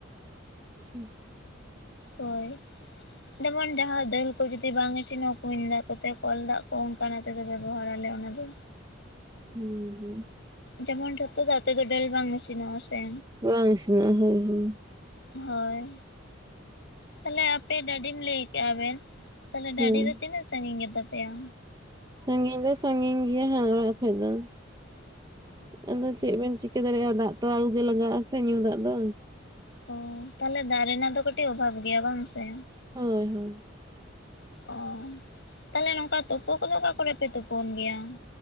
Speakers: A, on the right (about 20°); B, on the left (about 60°).
A: ᱟᱪᱪᱷᱟ᱾
B: ᱦᱳᱭ᱾ ᱡᱮᱢᱚᱱ ᱡᱟᱦᱟᱸ ᱫᱟᱹᱞ ᱠᱚ ᱡᱩᱫᱤ ᱵᱟᱝ ᱤᱥᱤᱱᱚᱜ ᱠᱩᱧ ᱫᱟᱜ ᱠᱚᱛᱮ ᱠᱚᱞ ᱫᱟᱜ ᱠᱚ ᱚᱱᱠᱟᱱᱟᱜ <unintelligible> ᱵᱮᱵᱚᱦᱟᱨ ᱟᱞᱮ ᱚᱱᱟ ᱫᱚ᱾
A: ᱦᱩᱸ ᱦᱩᱸ
B: ᱡᱮᱢᱚᱱ ᱡᱷᱚᱛᱚ ᱫᱟᱜ ᱛᱮᱫᱚ ᱫᱟᱹᱞ ᱵᱟᱝ ᱤᱥᱤᱱᱚᱜ-ᱟ ᱥᱮ?
A: ᱵᱟᱝ ᱩᱥᱤᱱᱚᱜᱼᱟ ᱦᱳᱭ ᱦᱳᱭ ᱾
B: ᱦᱳᱭ ᱛᱟᱦᱚᱞᱮ ᱟᱯᱮ ᱰᱟᱹᱰᱤᱢ ᱞᱟᱹᱭ ᱠᱮᱭᱟ ᱵᱮᱱ ᱛᱟᱦᱚᱞᱮ ᱰᱟᱹᱰᱤ
A: ᱦᱮᱸ
B: ᱫᱚ ᱛᱤᱱᱟᱹᱜ ᱥᱟᱺᱜᱤᱧ ᱜᱮᱛᱟ ᱯᱮᱭᱟ?
A: ᱥᱟᱺᱜᱤᱧ ᱫᱚ ᱥᱟᱺᱜᱤᱧ ᱜᱮᱭᱟ ᱦᱟᱸᱜ ᱚᱲᱟᱜ ᱠᱷᱚᱡ ᱫᱚ ᱾ ᱟᱫᱚ ᱪᱮᱫ ᱵᱮᱱ ᱪᱤᱠᱟᱹ ᱫᱟᱲᱮᱭᱟᱜᱼᱟ, ᱫᱟᱜ ᱛᱚ ᱟᱹᱜᱩ ᱜᱮ ᱞᱟᱜᱟᱜᱼᱟ ᱥᱮ ᱧᱩ ᱫᱟᱜ ᱫᱚ᱾
B: ᱚ ᱛᱟᱦᱚᱞᱮ ᱫᱟᱜ ᱨᱮᱱᱟᱜ ᱫᱚ ᱠᱟᱹᱴᱤᱡ ᱚᱵᱷᱟᱵ ᱜᱮᱭᱟ ᱵᱟᱝ ᱥᱮ?
A: ᱦᱳᱭ ᱦᱳᱭ᱾
B: ᱚ ᱛᱟᱦᱚᱞᱮ ᱱᱚᱝᱠᱟ ᱛᱳᱯᱳ ᱠᱚᱫᱚ ᱚᱠᱟ ᱠᱚᱨᱮ ᱯᱮ ᱛᱩᱯᱳᱱ ᱜᱮᱭᱟ?